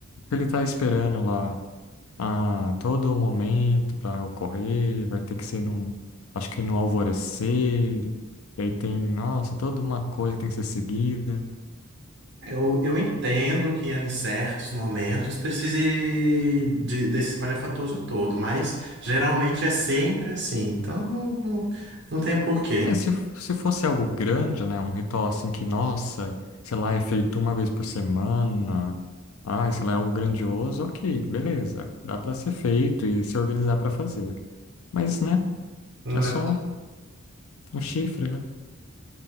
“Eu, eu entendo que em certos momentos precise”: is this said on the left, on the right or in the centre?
Right